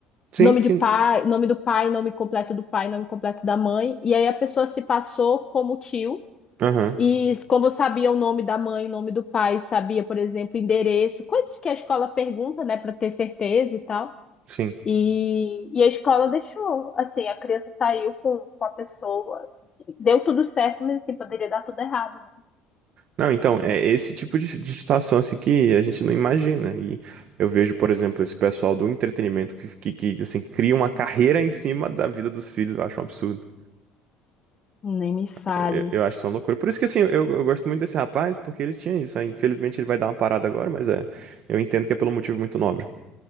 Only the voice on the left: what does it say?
Nome
de pai, nome do pai, nome completo do pai, nome completo da mãe. E aí a pessoa se passou como tio.
E como sabia o nome da mãe, o nome do pai, sabia, por exemplo, endereço, coisas que a escola pergunta, né, para ter certeza e tal.
E, e a escola deixou, assim, a criança saiu com, com a pessoa. Deu tudo certo, mas assim, poderia dar tudo errado, né?
Nem me fale.